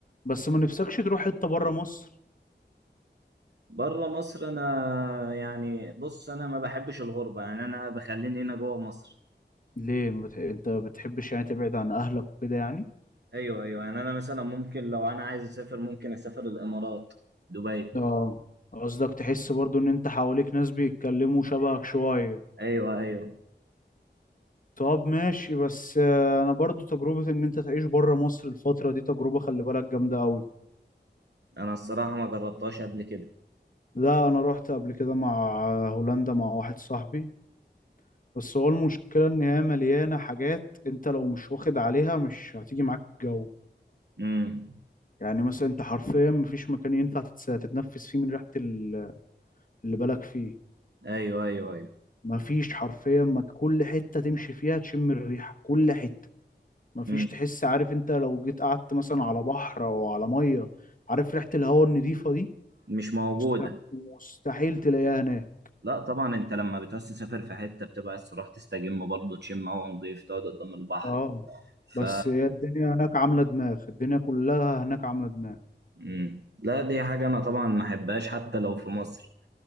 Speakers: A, on the left; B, on the right.
A: بس ما نفسكش تروح حتة بره مصر
B: بره مصر انا يعني بص انا ما بحبش الغربة يعني انا بخليني هنا جوه مصر
A: ليه ما بتح... انت بتحبش يعني تبعد عن اهلك وكده يعني
B: ايوه ايوه يعني انا مثلا ممكن لو انا عايز اسافر ممكن اسافر الامارات دبي
A: اه قصدك تحس برضو ان انت حواليك ناس بيتكلموا شبهك شوية
B: ايوه ايوه
A: طب ماشي بس آه، انا برضو تجربة ان انت تعيش بره مصر الفترة دي تجربة خلي بالك جامدة قوي
B: انا الصراحه ما جربتهاش قبل كده
A: لا انا رحت قبل كده مع هولندا مع واحد صاحبي بس هو المشكلة إن هي مليانة حاجات أنت لو مش واخد عليها مش هتيجي معاك الجو
B: امم
A: يعني مثلا أنت حرفيا مفيش مكان ينفع تتس- تتنفس فيه من ريحة ال- اللي بالك فيه
B: ايوه ايوه ايوه
A: مفيش حرفيا ما كل حتة تمشي فيها تشم الريحة كل حتة مفيش
B: امم
A: تحس عارف أنت لو جيت قعدت مثلا على بحر أو على مية عارف ريحة الهواء النضيفة دي
B: مش موجوده
A: مست- مستحيل تلاقيها هناك
B: لا طبعا انت لما بتعوز تسافر في حته بتبقى عايز تروح تستجم برضه تشم هوا نضيف تقعد قدام البحر
A: اه
B: ف
A: بس هي الدنيا هناك عاملة دماغ الدنيا كلها هناك عاملة دماغ
B: امم لا دي حاجه انا طبعا ما احبهاش حتى لو في مصر